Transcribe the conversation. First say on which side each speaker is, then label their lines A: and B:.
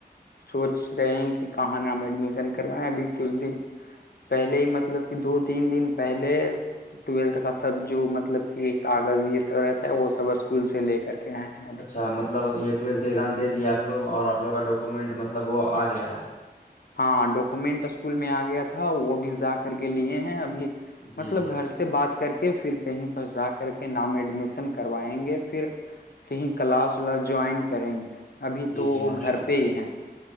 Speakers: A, on the left; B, on the left.
A: سوچ رہے ہیں کہ کہاں نام ایڈمیشن کروائیں ابھی کس دن پہلے ہی مطلب کہ دو تین دن پہلے ٹویلتھ کا سب جو مطلب کہ کاغذ یہ سب رہتا ہے وہ سب اسکول سے لے کے کر کے آ <inaudible>
B: اچھا مطلب یہ ٹیلتھ ایگزامے دیا آپوگ اور آپوگ کا ڈاکومنٹ مطلب وہ آ گیا ہے
A: ہاں ڈاکومنٹ اسکول میں آ گیا تھا وہ بھی جا کر کے لیے ہیں ابھی
B: جی
A: مطلب
B: جی
A: گھر سے بات کر کے پھر کہیں پر جا کر کے نام ایڈمیشن کروائیں گے پھر کہیں کلاس ولاس جوائن کریں گے ابھی
B: جی
A: تو وہ
B: جی ماشاء
A: گھر
B: اللہ
A: پہ ہی
B: جی
A: ہیں-